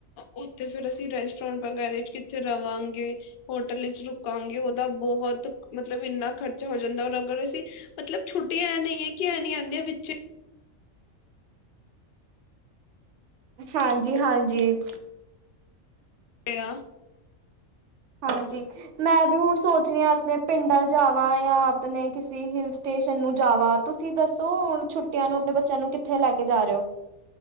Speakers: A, on the left (about 65°); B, on the right (about 70°).
A: ਓਥੇ ਫੇਰ ਅਸੀਂ ਰੈਸਟੋਰੈਂਟ ਵਗੈਰਾ ਚ ਕਿੱਥੇ ਰਵਾਂਗੇ ਹੋਟਲ ਚ ਰੁਕਾਂਗੇ ਓਦਾ ਬੋਹਤ ਮਤਲਬ ਇੰਨਾ ਖ਼ਰਚਾ ਹੋ ਜਾਂਦਾ ਔਰ ਅਗਰ ਅਸੀਂ ਮਤਲਬ ਛੁੱਟੀ ਐਂ ਨਈ ਹੈ ਕਿਂ ਨੀ ਆਂਦੀ ਵਿੱਚੇ
B: ਹਾਂਜੀ-ਹਾਂਜੀ।
A: <unintelligible>
B: ਹਾਂਜੀ ਮੈਂ ਵੀ ਹੁਣ ਸੋਚ ਰਹੀ ਆਂ ਆਪਣੇ ਪਿੰਡ ਜਾਵਾਂ ਜਾਂ ਆਪਣੇ ਕਿਸੇ ਹਿਲਸ ਸਟੇਸ਼ਨ ਨੂੰ ਜਾਵਾ ਤੁਸੀਂ ਦੱਸੋ ਹੁਨ ਛੁੱਟੀਆਂ ਨੂੰ ਆਪਣੇ ਬੱਚਿਆਂ ਨੂੰ ਕਿੱਥੇ ਲੈ ਕੇ ਜਾ ਰਹੇ ਓ?